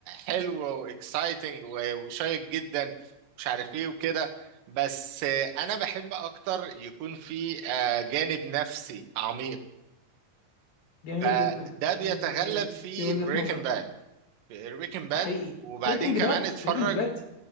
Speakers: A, on the right (about 65°); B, on the left (about 60°).
A: حلو واكسايتنج وشيق جدا مش عارف ايه وكده بس آه، انا بحب اكتر يكون في آه، جانب نفسي عميق
B: جميل
A: فده
B: جدا
A: بيتغلب
B: جميل جميل
A: في
B: في وجهة
A: بريكنج
B: نظر
A: باد بريكنج باد
B: ده حقيقي
A: وبعدين
B: بريكنج
A: كمان
B: باد
A: اتفرج
B: بريكنج باد